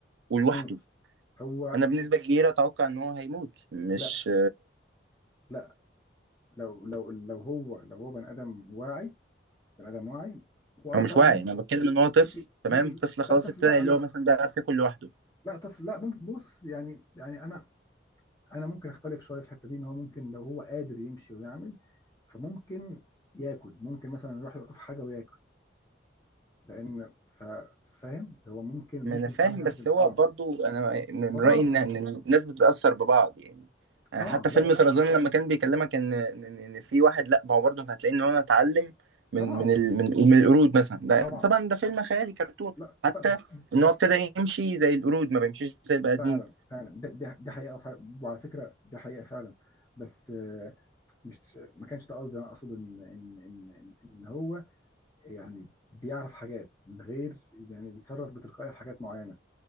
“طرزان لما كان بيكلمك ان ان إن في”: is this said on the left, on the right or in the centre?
Right